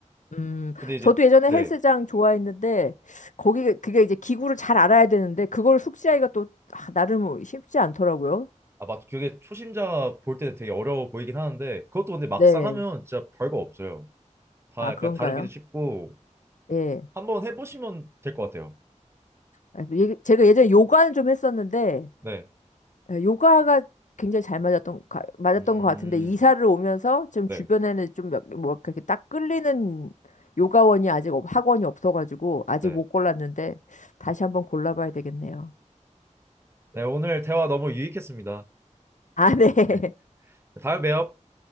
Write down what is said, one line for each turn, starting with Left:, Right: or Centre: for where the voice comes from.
Left: 음,
Right: 근데 이제
Left: 저도 예전에
Right: 네.
Left: 헬스장 좋아했는데, 거기, 그게 이제 기구를 잘 알아야 되는데, 그걸 숙지하기가 또, 아, 나름 쉽지 않더라고요.
Right: 아, 맞. 그게 초심자 볼 때는 되게 어려워 보이긴 하는데 그것도 근데 막상
Left: 네.
Right: 하면 진짜 별거 없어요. 다
Left: 아,
Right: 약간
Left: 그런가요?
Right: 다루기도 쉽고
Left: 예.
Right: 한번 해보시면 될 것 같아요.
Left: 아, 예- 제가 예전에 요가는 좀 했었는데,
Right: 네.
Left: 예, 요가가 굉장히 잘 맞았던, 가- 맞았던
Right: 음.
Left: 것 같은데, 이사를 오면서 지금
Right: 네.
Left: 주변에는 좀 몇, 뭐, 이렇게 딱 끌리는 요가원이 아직, 없- 학원이 없어가지고, 아직
Right: 네.
Left: 못 골랐는데, 다시 한번 골라봐야 되겠네요.
Right: 네. 오늘 대화 너무 유익했습니다.
Left: 아, 네. <laughs>
Right: 네. 다음에 봬요.